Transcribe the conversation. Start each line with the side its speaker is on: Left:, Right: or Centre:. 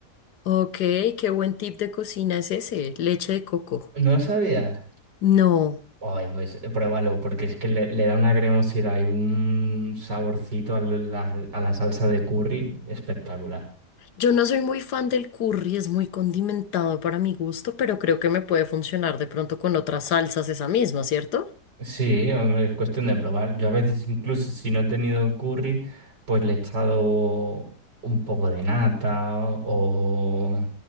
Left: ok, qué buen tip de cocina es ese, leche de coco.
Right: ¿No sabías?
Left: No,
Right: Ay, pues eh, pruébalo, porque es que le, le da una cremosidad y un saborcito a la, a la salsa de curry espectacular.
Left: yo no soy muy fan del curry, es muy condimentado para mi gusto, pero creo que me puede funcionar de pronto con otras salsas esa misma, ¿cierto?
Right: Sí, hombre, es cuestión de probar. Yo a veces incluso si no he tenido curry, pues le he echado un poco de nata o...